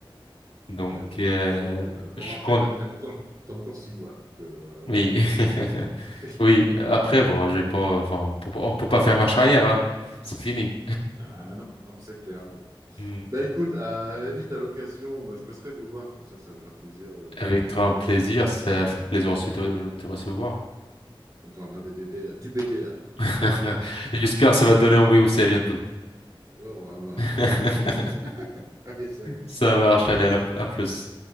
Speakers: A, on the left; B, on the right.
A: Donc
B: Ouais, bon,
A: euh,
B: après, euh, bon,
A: je
B: après
A: compte.
B: t'as, t'as le temps. T'as encore six mois, donc... euh,
A: Oui, <laughs>
B: <laughs>
A: oui. Après, bon, j'ai pas, enfin, on peut, pas- on peut pas faire marche arrière, hein. C'est fini.
B: Ah non, non, c'est clair.
A: Mm.
B: Bah écoute, à la limite, à l'occasion, bah, je passerai vous voir, comme ça, ça me fera plaisir euh, de
A: Avec
B: vous voir tous
A: grand
B: les deux.
A: plaisir, ça fait plaisir aussi
B: Et puis,
A: de te recevoir.
B: on parlera des bébés, du bébé. alors.
A: <laughs> J'espère que ça va te donner envie aussi. À bientôt.
B: Ouais, on va voir,
A: <laughs>
B: on va voir. <laughs> Allez, salut.
A: Ça marche. Allez, à la- à plus.